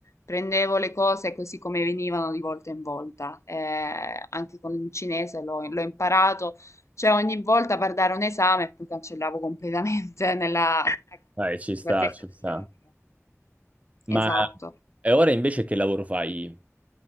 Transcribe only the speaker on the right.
Dai, ci sta,
ci
sta. Ma
e ora invece che lavoro fai?